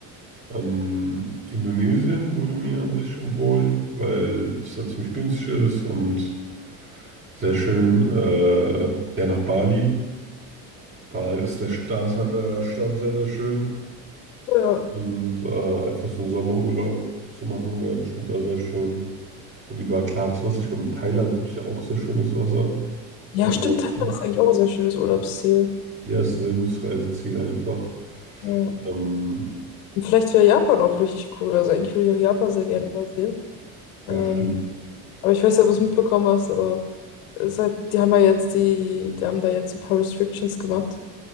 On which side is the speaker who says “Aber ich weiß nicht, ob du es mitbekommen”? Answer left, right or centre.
Left